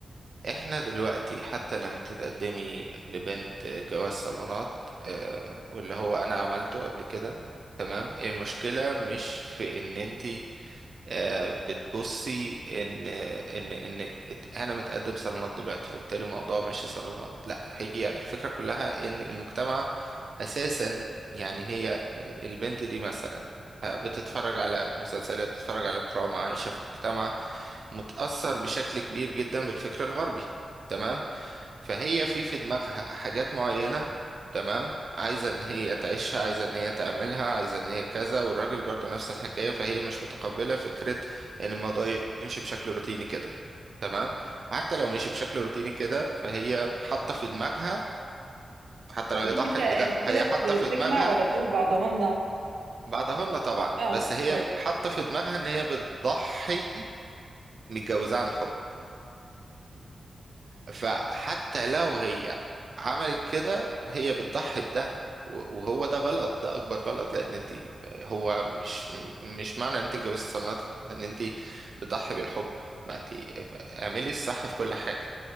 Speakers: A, on the right; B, on the right.
A: احنا دلوقتي حتى لما تتقدمي لبنت جواز صالونات آه، واللي هو انا عملته قبل كده تمام المشكلة مش في ان انت آه، بتبصي ان ان ان ات- انا متقدم صالونات دلوقتي فبالتالي الموضوع ماشي صالونات لا هي الفكره كلها ان المجتمع اساسا يعني هي البنت دي مثلا آه، بتتفرج على مسلسلات بتتفرج على دراما عايشه في مجتمع متاثر بشكل كبير جدا بالفكر الغربي تمام فهي في في دماغها حاجات معينة تمام عايزة ان هي تعيشها عايزة ان هي تعملها عايزة ان هي كذا والراجل برضه نفس الحكاية فهي مش متقبلة فكرة ان الموضوع يمشي بشكل روتيني كده تمام وحتى لو مشي بشكل روتيني كده فهي حاطة في دماغها حتى لو
B: ليه
A: هي ضحت
B: انت انت
A: بده هي
B: كده بت-
A: حاطة في
B: بتجمع
A: دماغها
B: ولا بتقول بعضهمنا
A: بعدهن طبعا
B: اه
A: بس هي
B: طيب
A: حاطة في دماغها ان هي بتضحي متجوزة عن حب فحتى لو هي عملت كده هي بتضحي بده و- وهو ده غلط ده اكبر غلط لان انت هو مش مش معنى انت اتجوزت صالونات ان انت بتضحي بالحب ما انت اعملي الصح في كل حاجه